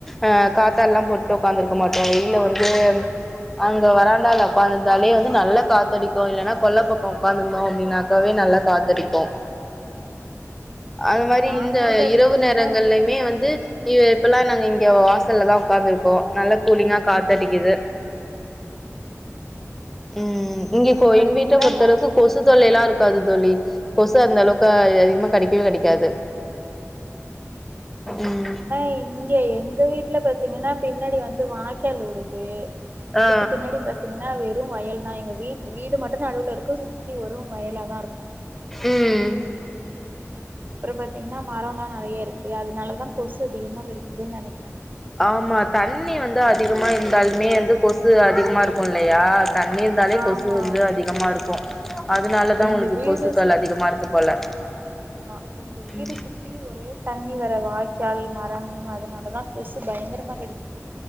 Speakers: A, in the centre; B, on the right.
A: அ காத்தாட்லா போட்டு உக்காந்துருக்க மாட்டோ வெயில்ல வந்து அங்க வராந்தால
B: ம்
A: உக்காந்துருந்தாலே வந்து நல்ல காத்தடிக்கு இல்லன்னா கொல்ல பக்கோ உக்காந்துந்தோ அப்டின்னா தாவே நல்லா காத்தடிக்கு
B: ம் ம்
A: அது மாரி
B: நானுமே
A: இந்த
B: பாத்தீங்கன்னா
A: இரவு நேரங்கள்ல மே வந்து இ இப்பல்லா நாங்க இங்க வாசல்ல தா உக்காந்திருப்போ நல்ல கூலிங்கா காத்தடிக்குது
B: ம்ஹும் ம்ஹும்
A: ம் இங்க
B: நா
A: இப்போ
B: பாத்தீங்கன்னா
A: எங் வீட்ட பொறுத்தளவுக்கு
B: மொ
A: கொசு தொல்லை எல்லா இருக்காது தோழி கொசு அந்த அளவுக்கு
B: ம்ஹும்
A: அதிகமா கடிக்கவே கடிக்காது
B: ம் ம்
A: ம்
B: ஏனா இங்க எங்க வீட்ல பாத்தீங்கன்னா பின்னாடி வந்து வாய்கால் ஓடுது அதுக்கு
A: ஆ
B: பின்னாடி பாத்தீங்கன்னா வெறு வயல்தா எங்க வீட் வீடு மட்டு நடுவுல இருக்கு சுத்தி வரு வயல தா இருக்கு
A: ம்
B: அ அப்றோ பாத்தீங்கன்னா மரோ லா நெறைய இருக்கு அதனாலதா கொசு அதிகமா கடிக்குதுன்னு நெனைக்கிற
A: ஆமா தண்ணி வந்து அதிகமா
B: ஆமா
A: இருந்தாலுமே வந்து கொசு அதிகமா இருக்குல்லையா தண்ணி இருந்தாலே
B: ஆமா
A: கொசு வந்து அதிகமா இருக்கு
B: ஆமா
A: அதனாலதா
B: எங்க
A: எங்ளுக்
B: வீடு
A: கொசுக்கள்
B: சுத்
A: அதிகமா இருக்கு போல
B: ஆமா எங்க வீடு
A: ம்
B: சுத்தி ஒரே தண்ணி வேற வாய்க்கால் மரம் அதனாலதா கொசு பயங்கரமா கடிக்குது